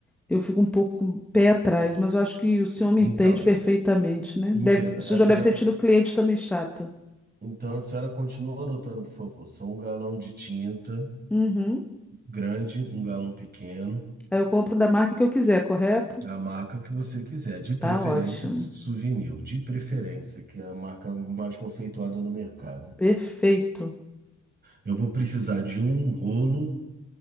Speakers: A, in the centre; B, on the right.
A: eu fico um pouco com o pé atrás, mas eu acho que o senhor me
B: Então,
A: entende perfeitamente, né?
B: entenda,
A: Deve, o senhor
B: a senhora,
A: já deve ter tido cliente também chata.
B: então a senhora continua anotando, por favor. São um galão de tinta
A: Uhum.
B: grande, um galão pequeno.
A: Aí eu compro da marca que eu quiser, correto?
B: A marca que você quiser, de preferência
A: Tá ótimo.
B: su- souvenir, de preferência, que é a marca mais conceituada no mercado.
A: Perfeito.
B: Eu vou precisar de um rolo,